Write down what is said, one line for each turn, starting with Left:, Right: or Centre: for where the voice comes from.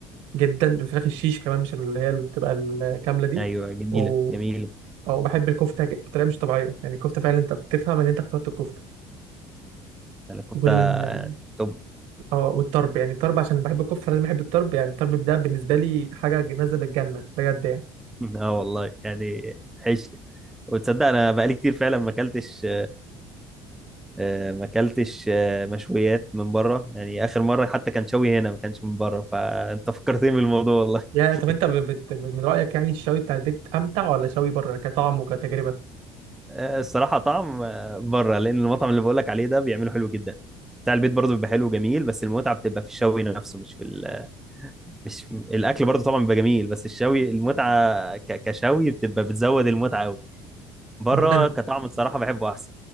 Right: جدا الفراخ الشيش كمان مش اللي هي اللي بتبقى الكامله دي
Centre: ايوه جميله
Right: و...
Centre: جميله
Right: او بحب الكفته ج- بطريقه مش طبيعيه يعني الكفته فعلا انت بتفهم ان انت اخترت الكفته
Centre: يعني الكفته
Right: وال
Centre: توب
Right: اه والطرب يعني الطرب عشان بحب الكفته لازم احب الطرب يعني الطرب ده بالنسبه لي حاجه نازله من الجنه بجد يعني
Centre: <laughs> اه والله يعني عيش وتصدق انا بقالي كتير فعلا ما اكلتش آه، ما اكلتش آه، مشويات من بره يعني اخر مره حتى كان شوي هنا ما كانش من بره فانت فكرتني بالموضوع والله
Right: يا
Centre: <laughs>
Right: طب انت ب- بت... من رايك يعني الشوي بتاع البيت امتع ولا شوي بره كطعم وكتجربه
Centre: آه، الصراحه طعم آه، بره لان المطعم اللي بقولك عليه ده بيعمله حلو جدا بتاع البيت برضه بيبقى حلو وجميل بس المتعه بتبقى في الشوي نفسه مش في ال... مش في... الاكل برضه طبعا بيبقى جميل بس الشوي المتعه ك... كشوي بتبقى بتزود المتعه قوي بره
Right: عامه
Centre: كطعم الصراحه بحبه احسن